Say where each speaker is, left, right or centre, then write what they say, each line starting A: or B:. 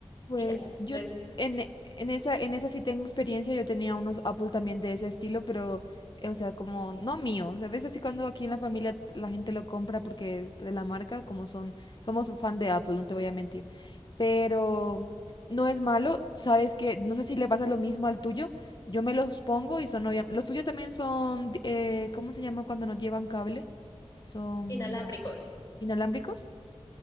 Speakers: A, on the left; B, on the left.
A: Pues
B: Y ya,
A: yo
B: entonces,
A: t- en, e- en esa, en esa sí tengo experiencia, yo tenía unos Apple también de ese estilo, pero, eh, o sea, como no mío, ¿sabes? Así cuando aquí en la familia la gente lo compra porque de la marca, como son, somos fan de Apple, no te voy a mentir, pero no es malo, ¿sabes? Que no sé si le pasa lo mismo al tuyo, yo me los pongo y son, obvia- los tuyos también son, di- eh, ¿cómo se llama cuando no llevan cable? ¿Son
B: inalámbricos.
A: inalámbricos?